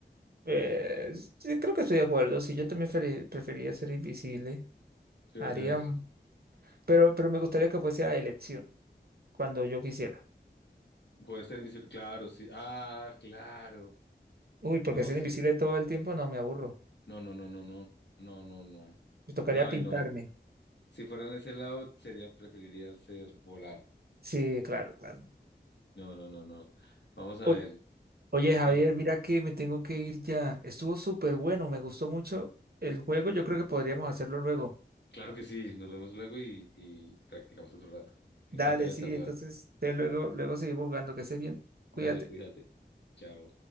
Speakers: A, on the right; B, on the left.
A: Eh, sí, creo que estoy de acuerdo. Sí, yo también feri- preferiría ser invisible.
B: De
A: Haría,
B: verdad,
A: pero, pero me gustaría que fuese a elección. cuando yo quisiera.
B: poder ser invisible. Claro, sí. Ah, claro.
A: Uy, porque
B: No,
A: ser
B: sí.
A: invisible todo el tiempo no me aburro.
B: No, no, no, no, no, no, no, no.
A: Me tocaría
B: Ay,
A: pintarme.
B: no. Si fuera en ese lado, sería, preferiría ser volar.
A: Sí, claro, claro.
B: No, no, no, no. Vamos a
A: Uy,
B: ver.
A: oye, Javier,
B: Yo-
A: mira que me tengo que ir ya. Estuvo súper bueno, me gustó mucho el juego. Yo creo que podríamos hacerlo luego.
B: claro que sí, nos vemos luego y, y practicamos otro rato. Encantado
A: Dale,
B: de
A: sí,
B: saludarte.
A: entonces te luego, luego seguimos jugando. Que estés bien.
B: Dale,
A: Cuídate.
B: cuídate. Chao.